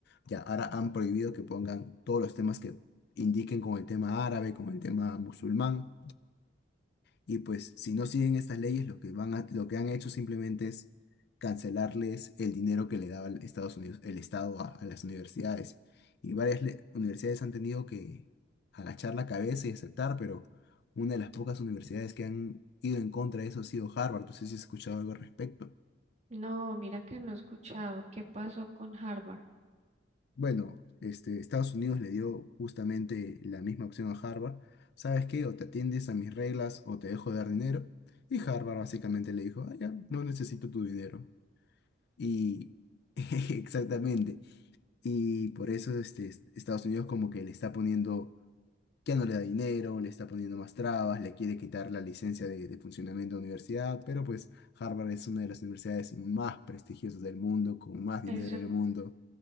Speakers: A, on the left; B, on the right.
A: Ya, ahora han prohibido que pongan todos los temas que indiquen con el tema árabe, con el tema musulmán y pues si no siguen estas leyes, lo que van a- lo que han hecho simplemente es cancelarles el dinero que le daba el Estados Unidos, el Estado a, a las universidades. Y varias le- universidades han tenido que agachar la cabeza y aceptar, pero una de las pocas universidades que han ido en contra de eso ha sido Harvard. No sé si has escuchado algo al respecto.
B: No, mira que no he escuchado qué pasó con Harvard.
A: Bueno, este, Estados Unidos le dio justamente la misma opción a Harvard. ¿Sabes qué? O te atiendes a mis reglas o te dejo de dar dinero. Y Harvard básicamente le dijo, ah, ya, no necesito tu dinero. Y <laughs> exactamente. Y por eso este, es- Estados Unidos como que le está poniendo, ya no le da dinero, le está poniendo más trabas, le quiere quitar la licencia de, de funcionamiento de universidad, pero pues Harvard es una de las universidades más prestigiosas del mundo, con más dinero
B: Eh, Eso
A: del mundo.